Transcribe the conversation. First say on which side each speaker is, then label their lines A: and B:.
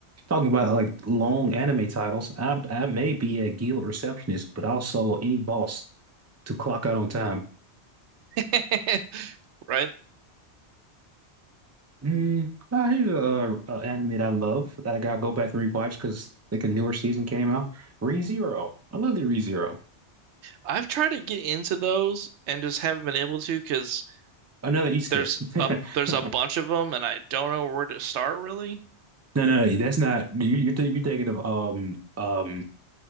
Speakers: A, on the right; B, on the right.
A: talking about like long anime titles, I I may be a guild receptionist, but also any boss to clock out on time.
B: <laughs> right?
A: Mm, uh, here's a, a anime that I love that I gotta go back and rewatch because like a newer season came out. ReZero. I love the ReZero.
B: I've tried to get into those and just haven't been able to because
A: Another Isekai.
B: there's a there's a
A: <laughs>
B: bunch of them and I don't know where to start really.
A: No, no, no, that's not you. You're, th- you're thinking of um um